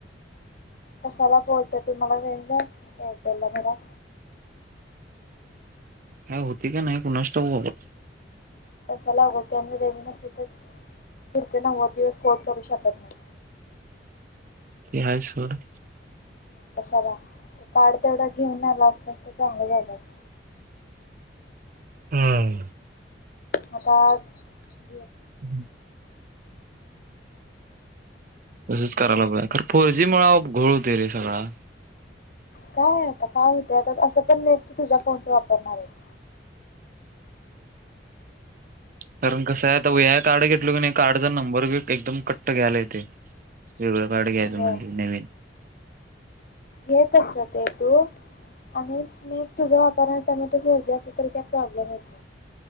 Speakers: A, on the left; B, on the right.
A: कशाला बोलतो तुम्हाला रेंज नाही एअरटेल ला घराात.
B: काय होती का नाही कुणास ठाउक
A: तलाग त्यां त्यां नसते तर फिरते नवव दिवस कोट करू शकत नाही.
B: ति हाय सर
A: मग कशाला ते कार्ड तेवढा घेऊन आला असतास तर चांगलं झालं असत.
B: हम्म
A: हताज घ
B: <inaudible> तसंच करायला पाहे खर फोर जी मुळं अप घोळ होतोय रे सगळा.
A: काय आहे आता काय होेतय आता असं पण नेट तू तुझ्या फोनच वापरणार आहेस.
B: कारण कसं आहे आता वया कार्ड घेतलो की नाही कार्डचा नंबर बी एकदम कट्ट घ्यायला येतय. वेगळं काढ घ्यायचं
A: होय
B: म्हणजे नवीन
A: येत असते तू आणि म तुझा वापर घरजे अस त काय प्रॉब्लेम येत.